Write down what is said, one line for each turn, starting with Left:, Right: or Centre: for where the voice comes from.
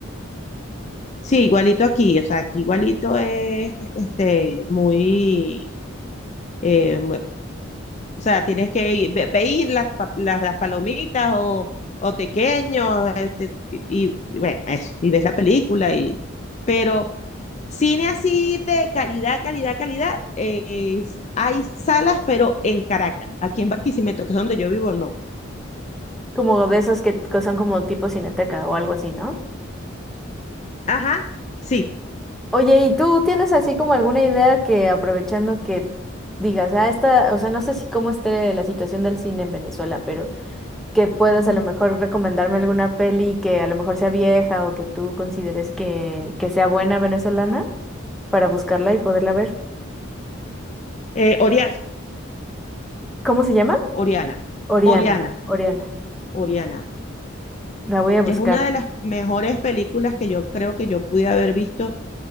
Left: sí, igualito aquí, o sea, aquí igualito es este, muy, eh, O sea, tienes que ir, ve, ve ir las, pa- las, las palomitas o, o tequeños, este, y, y bueno, eso, y ves la película, y, pero cine así de calidad, calidad, calidad, eh, es- hay salas, pero en Caracas, aquí en Barquisimeto, que es donde yo vivo, no.
Centre: Como de esas que son como tipo cineteca o algo así, ¿no?
Left: Ajá, sí.
Centre: Oye, ¿y tú tienes así como alguna idea que aprovechando que digas, ah, esta, o sea, no sé si cómo esté la situación del cine en Venezuela, pero que puedas
Left: Ujú.
Centre: a lo mejor recomendarme alguna peli que a lo mejor sea vieja o que tú consideres que, que sea buena venezolana para buscarla y poderla ver?
Left: Eh, Oriana,
Centre: ¿Cómo se llama?
Left: Oriana,
Centre: Oriana,
Left: Oriana,
Centre: Oriana.
Left: Oriana.
Centre: La voy a buscar.
Left: Es una de las mejores películas que yo creo que yo pude haber visto